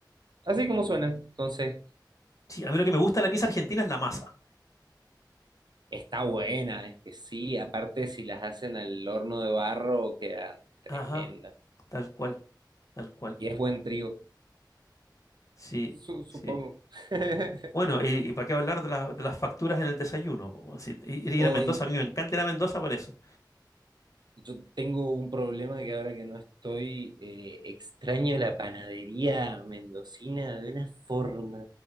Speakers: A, on the right (about 65°); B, on the left (about 45°).
A: Así como suenan, entonces
B: Sí, a mí lo que me gusta de la pizza argentina es la masa.
A: está buena, es que sí, aparte si las hacen al horno de barro queda tremenda.
B: Ajá, tal cual, tal cual.
A: Y es buen trigo,
B: Sí,
A: su- supongo.
B: sí.
A: <laughs>
B: Bueno, y, y para qué hablar de, la- de las facturas en el desayuno. po, si- ir, ir
A: Hoy
B: a Mendoza, a mí me encanta ir a Mendoza por eso.
A: Yo tengo un problema que ahora que no estoy, eh, extraño la panadería mendocina de una forma,